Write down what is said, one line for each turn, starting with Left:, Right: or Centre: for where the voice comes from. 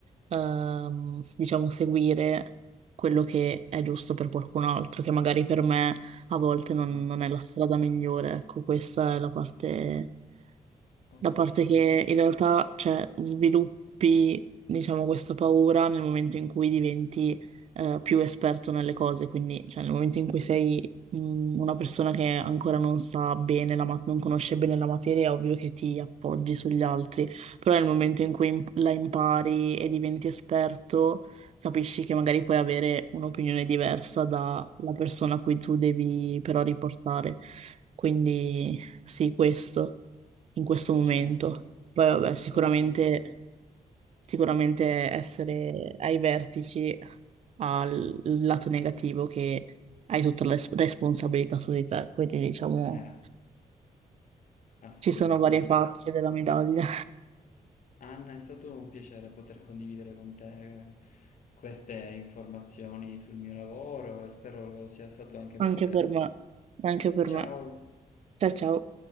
Right: ehm, diciamo seguire quello che è giusto per qualcun altro, che magari per me a volte non,
Left: Ah,
Right: non è la strada migliore, ecco, questa è la parte
Left: ho
Right: Da
Left: capito.
Right: parte che in realtà, cioè, sviluppi, diciamo, questa paura nel momento in cui diventi eh, più esperto nelle cose, quindi, cioè, nel momento in cui sei mh, una persona che ancora non sa bene la ma- non conosce bene la materia, è ovvio che ti appoggi sugli altri, però nel momento in cui imp- la impari e diventi esperto, capisci che magari puoi avere un'opinione diversa dalla persona a cui tu devi però riportare. Quindi, sì, questo in questo momento.
Left: Certo,
Right: Poi vabbè, sicuramente,
Left: lo capisco.
Right: sicuramente essere ai vertici ha il lato negativo che hai tutta la res- responsabilità su di te, quindi diciamo
Left: Eh, assolutamente.
Right: ci sono varie facce della medaglia.
Left: Anna, è stato un piacere poter condividere con te eh, queste informazioni sul mio lavoro e spero lo sia stato
Right: <laughs>
Left: anche per
Right: Anche
Left: te.
Right: per me, anche per
Left: Ciao!
Right: me. Ciao ciao.